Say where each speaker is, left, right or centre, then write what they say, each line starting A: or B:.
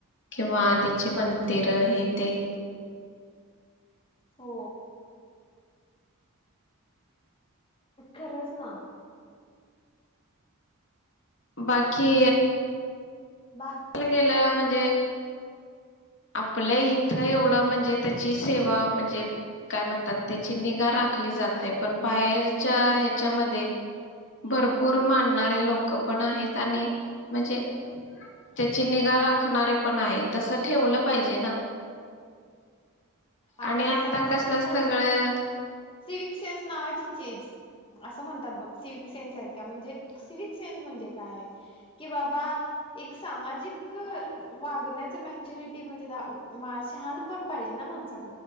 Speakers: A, on the left (about 55°); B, on the left (about 25°).
A: किंवा आधीचे मंदिर तर हे ते
B: हो! खरंच ना!
A: बाकी
B: बा
A: ला गेलं म्ह जे आपल्या इथं एवढं म्हणजे त्याची सेवा म्हणजे काय म्हणतात त्याची निगा राखली जात नाही, पण बाहेरच्या ह्याच्यामध्ये भरपूर मान लोकं पण आहेत आणि म्हणजे त्याची निगा राखणारे पण आहेत तस ठेवलं पाहिजे ना
B: अगं
A: आणि आता
B: तसं म्हणायला
A: कसं सगळं
B: सिविक सेन्स नावाची चेज असं म्हणतात बघ सिविक सेन्स आहेत का म्हणजे सिविक सेन्स म्हणजे काय की बाबा एक सामाजिक वागण्याच मॅच्युरिटी म्हणजे <unintelligible> शहाणपण पाहिजे ना माणसात